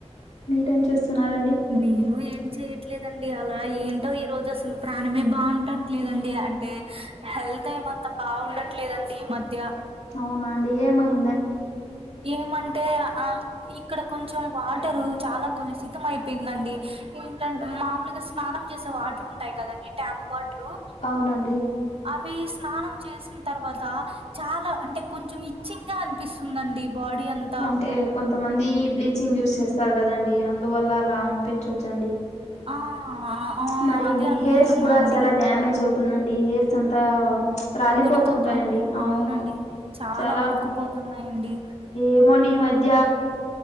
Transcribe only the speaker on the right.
నేను ఏం చేయట్లేదండి అలా ఏంటో ఈ రోజు అసలు ప్రాణమే బాగుంటట్లేదండి అంటే హెల్త్ ఏమంతా బాగుండట్లేదండి ఈ మధ్య
ఏమంటే ఆ ఇక్కడ కొంచెం వాటరు చాలా కలుషితం అయిపోయిందండి ఏంటంటే మామూలుగా స్నానం చేసే వాటర్ ఉంటాయి కదండి ట్యాప్ వాటరు
అవి స్నానం చేసిన తర్వాత చాలా అంటే కొంచెం ఇచ్చింగా అని అనిపిస్తుందండి బాడీ అంతా
ఆ ఆ
అదే అనుకుంటున్నా
అండి
ఊడిపోతాను
అవునండి
వరకు పోతున్నాయండి